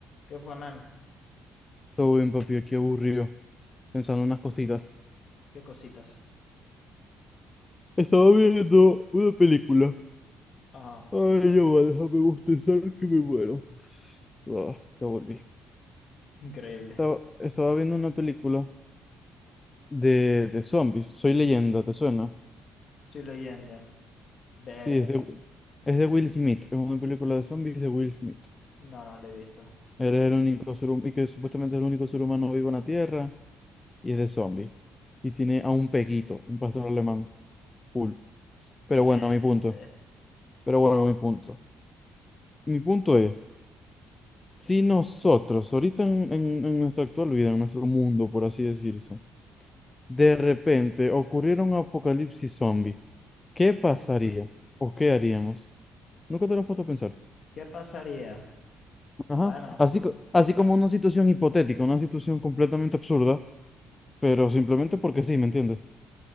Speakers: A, on the left; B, on the left.
A: ¿Qué fue, mem?
B: Todo bien, papi, aquí aburrido, pensando en unas cositas.
A: ¿Qué cositas?
B: Estaba viendo una película.
A: Ajá,
B: Ay, ya va, déjame bostezar que me muero. Ah, ya volví.
A: increíble.
B: Estaba, estaba viendo una película de, de zombies, Soy Leyenda, ¿te suena?
A: Soy leyenda. Verdad.
B: Sí, es de, es de Will Smith, es una película de zombies de Will Smith.
A: No, no lo he visto.
B: Él es el único ser humano, y que supuestamente es el único ser humano vivo en la Tierra, y es de zombies. Y tiene a un pequito, un pastor alemán, cool.
A: Excelente.
B: Pero bueno, a mi punto. Pero bueno, a mi punto. Mi punto es, si nosotros, ahorita en, en- en nuestra actual vida, en nuestro mundo, por así decirse, de repente ocurriera un apocalipsis zombie, ¿qué pasaría? ¿O qué haríamos? Nunca te lo has puesto a pensar.
A: ¿Qué pasaría?
B: Ajá.
A: Bueno,
B: Así, co- así como una situación hipotética, una situación completamente absurda, pero simplemente porque sí, ¿me entiendes?